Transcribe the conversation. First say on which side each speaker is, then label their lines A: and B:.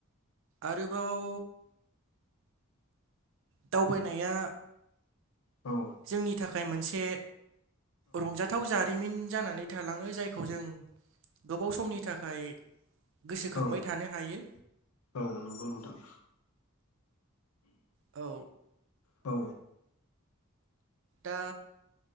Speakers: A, on the right; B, on the left.
A: आरोबाव दावबायनाया
B: औ
A: जोंनि थाखाय मोनसे रंजा थाव जारिमिन जानानै थालाङो जायखौ जों गोबाव समनि थाखाय गोसोखांबाय
B: औ
A: थानो हायो
B: औ नंगौ नोंथां
A: औ
B: औ
A: दा